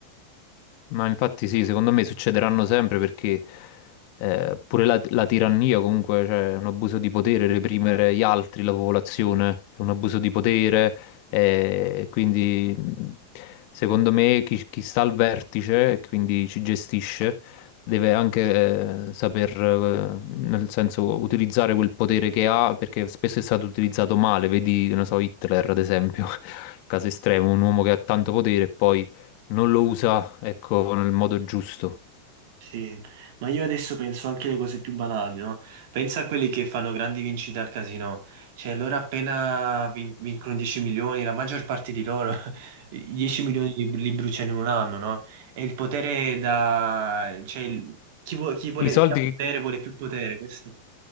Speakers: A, on the left; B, on the right.
A: Ma infatti sì, secondo me succederanno sempre perché eh, pure la, la tirannia comunque, cioè è un abuso di potere, reprimere gli altri, la popolazione, è un abuso di potere, eh, quindi mh, secondo me chi, chi sta al vertice e quindi ci gestisce deve anche eh, saper, eh, nel senso, utilizzare quel potere che ha perché spesso è stato utilizzato male, vedi, non so, Hitler ad esempio, <laughs> caso estremo, un uomo che ha tanto potere e poi non lo usa, ecco, nel modo giusto.
B: Sì, ma io adesso penso anche alle cose più banali, no? Pensa a quelli che fanno grandi vincite al casino, cioè loro appena vin- vincono 10 milioni, la maggior parte di loro <laughs> i 10 milioni li, li bruciano in un anno, no? E il potere da... cioè il- chi, vuo- chi vuole,
A: I soldi,
B: chi ha potere
A: che-
B: vuole più potere, questo